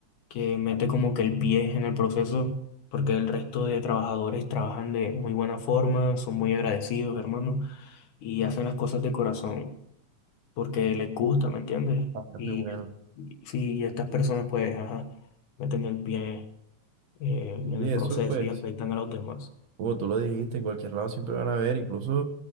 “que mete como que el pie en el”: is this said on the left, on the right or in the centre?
Left